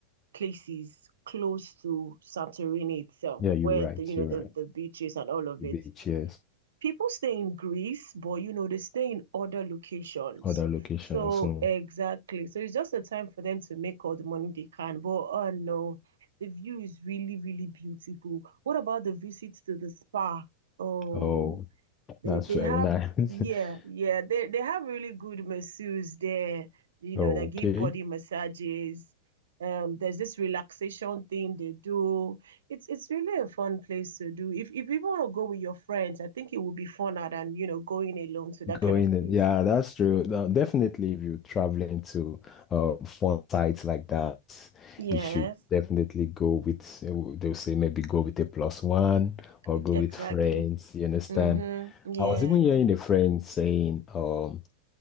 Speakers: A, on the right; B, on the left.
A: places close to Santorini itself,
B: Yeah, you're
A: where
B: right.
A: the you know
B: You're
A: the
B: right.
A: the beaches and all of it.
B: Beaches,
A: people stay in Greece, but you know, they stay in other locations.
B: other locations.
A: So
B: mm.
A: exactly. So it's just a time for them to make all the money they can. But oh no, the view is really, really beautiful. What about the visits to the spa? Oh.
B: Oh,
A: They
B: that's
A: they
B: very
A: have
B: nice.
A: yeah,
B: <laughs>
A: yeah. They they have really good masseurs there, you
B: Okay,
A: know, that give body massages. Um, there's this relaxation thing they do. It's it's really a fun place to do. If if you want to go with your friends, I think it would be funner than, you know, going alone to that
B: going
A: kind of
B: in.
A: place.
B: Yeah, that's true. Now, definitely, if you're traveling to uh, fun sites like that,
A: Yes,
B: you should definitely go with, uh, they'll say maybe go with a plus one or
A: e-
B: go
A: exactly.
B: with friends. You understand?
A: Mm-hmm. Yeah.
B: I was even hearing a friend saying, um,